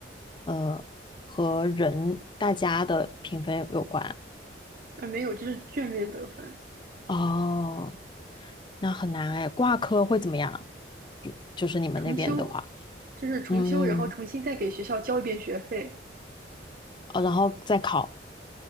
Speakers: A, on the left; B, on the right.
A: 呃和人大家的评分有关？
B: 啊没有，就是卷面得分，
A: 哦。那很难哎，挂科会怎么样？就就是你们那边的话，
B: 重修，就是重修，
A: 嗯，
B: 然后重新再给学校交一遍学费
A: 哦，然后再考